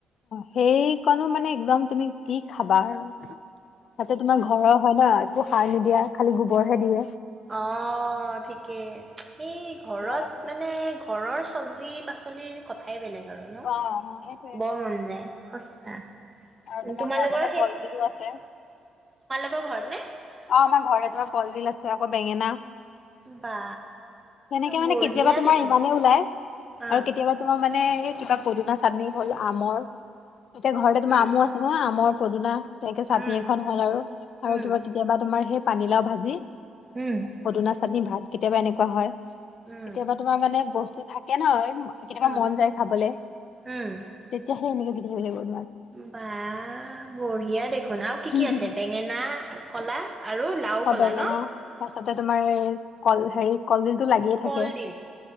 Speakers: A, on the left; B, on the right.
A: সেইকনো মানে, একদম তুমি? কি খাবা আৰু! তাতে তোমাৰ ঘৰৰ হয় ন? একো সাৰ নিদিয়া খালি গোবৰহে দিয়ে
B: অ ঠিকেই, এই ঘৰত
A: ধুনীয়া লাগে
B: মানে ঘৰৰ চবজি পাচলিৰ কথাই বেলেগ। <unintelligible>
A: অ অ সেইটোয়ে
B: বৰ মন যায়। সঁচা।
A: আৰু তোমাৰ
B: তোমালোকৰ
A: ঘৰতেহে কলডিলো আছে।
B: <unintelligible> ঘৰ নে?
A: অ', আমাৰ ঘৰতে কলডিল আছে আকৌ বেঙেনা
B: বা
A: তেনেকে মানে
B: বঢ়িয়া
A: কেতিয়াবা তোমাৰ
B: দেখোন
A: ইমানে ওলাই
B: হা
A: আৰু কেতিয়াবা তোমাৰ মানে এই কিবা পদিনা চাটনি হ'ল, আমৰ এতিয়া ঘৰতে তোমাৰ
B: উম
A: আমু আছে ন‌ আমৰ পদুনা তেনেকে চাটনি
B: উম
A: এখন হ'ল, আৰু
B: উম
A: কিবা কেতিয়াবা তোমাৰ সেই পানীলাও ভাজি
B: উম
A: পদুনা চাটনি ভাত। কেতিয়াবা এনেকুৱা হয়
B: উম
A: কেতিয়াবা তোমাৰ মানে বস্তুত থাকে নহয় কেতিয়াবা
B: উম
A: মন যায় খাবলৈ।
B: উম
A: তেতিয়া সেই এনেকে বিধি হৈ গ'ল।
B: বা বঢ়িয়া দেখুন আৰু কি
A: আৰু
B: কি আছে বেঙেনা কলা আৰু লাও কলা
A: বেঙেনা
B: ন
A: তাৰপিছত কলডিল টো লাগিয়ে
B: কলডিল
A: থাকে